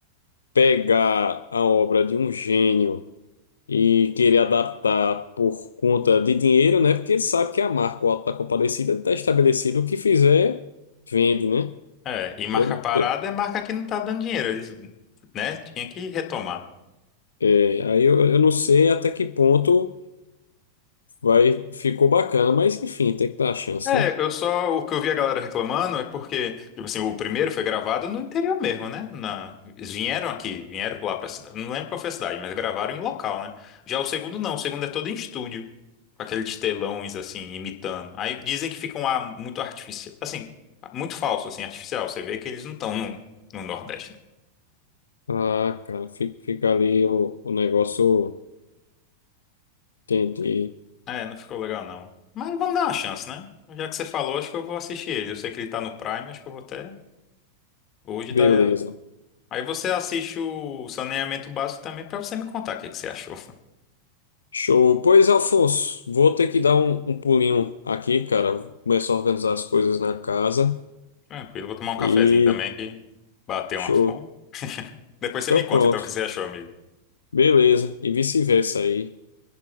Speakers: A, on the left; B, on the left.
A: pegar a obra de um gênio e querer adaptar por conta de dinheiro, né? Porque sabe que a marca, o Auto da Compadecida, está estabelecido. O que fizer, vende, né?
B: É, e marca
A: Eu,
B: parada
A: eu-
B: é marca que não tá dando dinheiro, eles, né? Tinha que retomar.
A: é, aí eu, eu não sei até que ponto vai ficou bacana, mas enfim, tem que dar a chance,
B: É,
A: né?
B: eu só, o que eu vi a galera reclamando é porque, tipo assim, o primeiro foi gravado no interior mesmo, né? Na, eles vieram aqui, vieram lá pra cidade, não lembro qual foi a cidade, mas gravaram em local, né? Já o segundo não, o segundo é todo em estúdio, com aqueles telões, assim, imitando. Aí dizem que fica um ar muito artificial, assim, muito falso, assim, artificial. Você vê que eles não estão no, no Nordeste, né?
A: Ah, cara, fica, fica ali o, o negócio. Entendi.
B: É, não ficou legal não. Mas vamos dar uma chance, né? Já que você falou, acho que eu vou assistir ele. Eu sei que ele tá no Prime, acho que eu vou até hoje
A: Beleza.
B: dar, Aí você assiste o Saneamento Básico também pra você me contar o que que você achou. <laughs>
A: Show. Pois, Alfonso, vou ter que dar um, um pulinho aqui, cara. Vou Começar a organizar as coisas na casa.
B: Tranquilo, vou tomar um
A: E
B: cafezinho também que bateu
A: show.
B: uma fome. <laughs> Depois você
A: Então,
B: me conta
A: pronto.
B: então o que você achou, amigo.
A: Beleza. E vice-versa aí.